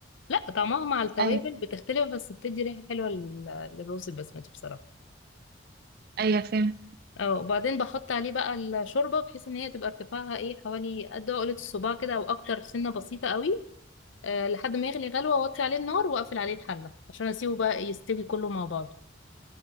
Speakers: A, on the left; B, on the right.
A: لا طعمها مع التوابل
B: ايوه
A: بتختلف بس بتدي ريحه حلوه لل- للرز البسمتي بصراحه
B: ايوه فهمت
A: اه وبعدين بحط عليه بقى الشوربة بحيث ان هي تبقى ارتفاعها ايه حوالي قد عقلة الصباع كده او اكتر سنة بسيطة قوي أه لحد ما يغلي غلوة واوطي عليه النار واقفل عليه الحلة عشان اسيبه بقى يستوي كله مع بعضه